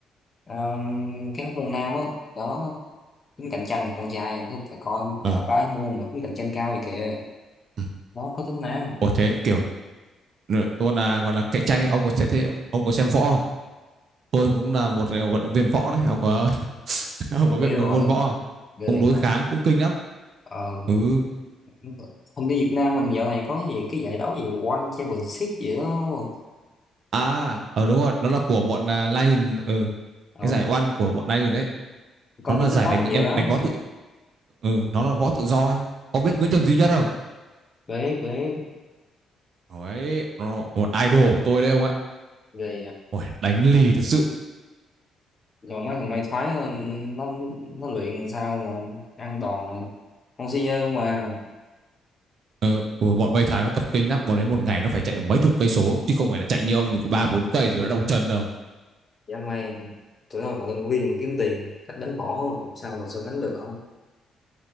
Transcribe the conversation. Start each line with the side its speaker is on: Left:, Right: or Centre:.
Left: Ờ, cái hóc môn nam á đó tính cạnh tranh con trai nó phải coi ba
Right: ờ
Left: ba cái môn mà tính cạnh tranh cao vậy kìa
Right: ừ.
Left: nó có tính nam
Right: Ủa thế kiểu nữa, tôi là gọi là cạnh tranh ấy ông có thế thế ông có xem võ không tôi cũng là một ờ, vận động viên võ đấy ông có <laughs> ông
Left: ờ,
Right: có biết
Left: bill
Right: về
Left: hả
Right: môn võ không
Left: ghê
Right: cũng đối
Left: vậy
Right: kháng
Left: hả
Right: cũng kinh lắm
Left: ờ
Right: ừ
Left: đúng rồi. hình như Việt Nam mình dạo này có cái gì cái giải đấu gì One Championship gì đó đúng không?
Right: à ờ đúng rồi nó là của bọn à, Lion ừ.
Left: ờ,
Right: cái giải oan của bọn Lion đấy
Left: coi
Right: nó là
Left: trên
Right: giải
Left: TikTok
Right: đánh
Left: còn nhiều
Right: em
Left: lắm
Right: đánh võ tự ừ, nó là võ tự do ấy ông biết Nguyễn
Left: ừ,
Right: Trần Duy Nhất không
Left: bế bế
Right: đấy nó là một idol của tôi đấy ông ạ
Left: ghê
Right: Ôi, đánh lì thật sự
Left: còn mấy thằng may thoái nó nó, nó luyện sao mà ăn đòn không si nhơ mà
Right: ừ, ừ, bọn Mây Thái nó tập kinh lắm bọn ấy một ngày nó phải chạy mấy chục cây số chứ không phải là chạy như ông được có ba bốn cây rồi nó đau chân đâu
Left: dã man tụi nó còn tân viên kiếm tiền cách đánh võ mà sao mà so sánh được không